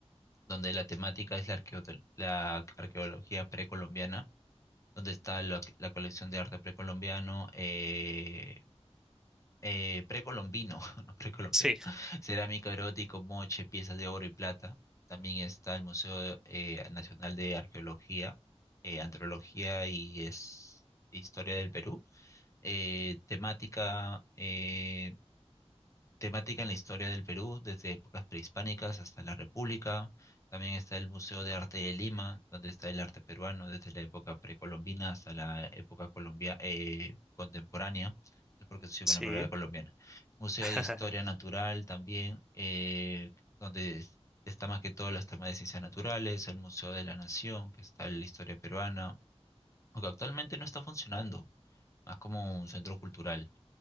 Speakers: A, on the left (about 25°); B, in the centre.
A: donde la temática es la, arqueote- la arqueología precolombiana, donde está la, la colección de arte precolombiano, eh, eh, precolombino, <laughs> no precolombiano,
B: Sí,
A: cerámica erótico, moche, piezas de oro y plata. También está el Museo eh, Nacional de Arqueología, eh, Antropología y es Historia del Perú. Eh, temática, eh, temática en la historia del Perú, desde épocas prehispánicas hasta la República. También está el Museo de Arte de Lima, donde está el arte peruano desde la época precolombina hasta la época colombia, eh, contemporánea. porque estoy
B: sí,
A: con la palabra colombiana. Museo
B: <laughs>
A: de Historia Natural también, eh, donde es- está más que todo las temas de ciencias naturales, el Museo de la Nación, que está en la historia peruana, aunque actualmente no está funcionando, más como un centro cultural.